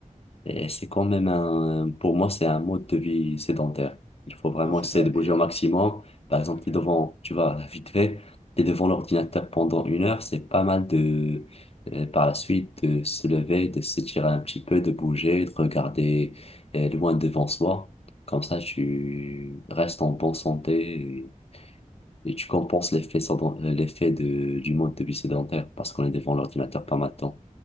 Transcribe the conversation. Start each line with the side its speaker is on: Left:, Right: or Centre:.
Left: Et c'est quand même un, pour moi, c'est un mode de vie sédentaire. Il faut vraiment
Right: Non, c'est
Left: essayer
Right: ça.
Left: de bouger
Right: Et
Left: au maximum. Par
Right: tout
Left: exemple,
Right: à fait.
Left: t'es devant, tu vois, <laughs> vite fait, t'es devant l'ordinateur pendant une heure, c'est pas mal de, euh, par la suite, de se lever, de s'étirer un petit peu, de bouger, de regarder, euh, loin devant soi. Comme ça, tu restes en bonne santé et, et tu compenses l'effet, sédent- euh, l'effet de, du mode de vie sédentaire parce qu'on est devant l'ordinateur pas mal de temps.